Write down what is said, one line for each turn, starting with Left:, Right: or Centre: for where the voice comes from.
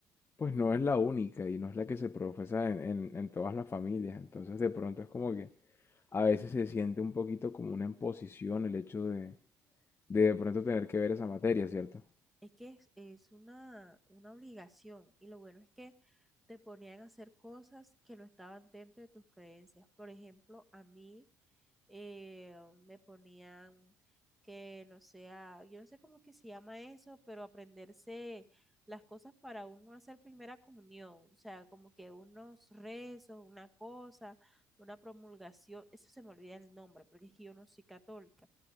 Left: pues no es la única y no es la que se profesa en, en, en todas las familias. Entonces
Centre: Mm.
Left: de pronto es como que a veces se siente un poquito como una imposición el hecho de de de pronto tener que ver esa materia, ¿cierto?
Centre: Es que es, es una, una obligación y lo bueno es que te ponían a hacer cosas que no estaban dentro de tus creencias. Por ejemplo, a mí eh, me ponían que no sea, yo no sé cómo es que se llama eso, pero aprenderse las cosas para uno hacer primera comunión, o sea, como que unos rezos, una cosa, una promulgación, eso se me olvida el nombre, porque es que yo no soy católica